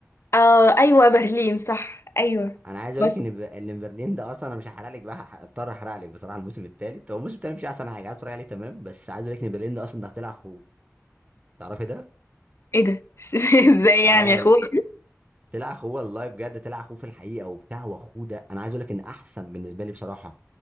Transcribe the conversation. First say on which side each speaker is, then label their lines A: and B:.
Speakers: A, on the left; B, on the right.
A: آه ايوه برلين صح ايوه
B: انا عايز اقول
A: بس
B: لك ان ب... ان برلين ده اصلا انا مش هحرق لك بقى اضطر احرق لك بصراحه الموسم الثالث هو الموسم الثالث مش احسن حاجه عايز اتفرج عليه تمام بس عايز اقول لك ان برلين ده اصلا ده طلع اخوه تعرفي ده
A: ايه ده <laughs> ازاي
B: اه
A: يعني يا اخويا
B: طلع اخوه والله بجد طلع اخوه في الحقيقه وبتاع واخوه ده انا عايز اقول لك ان احسن بالنسبه لي بصراحه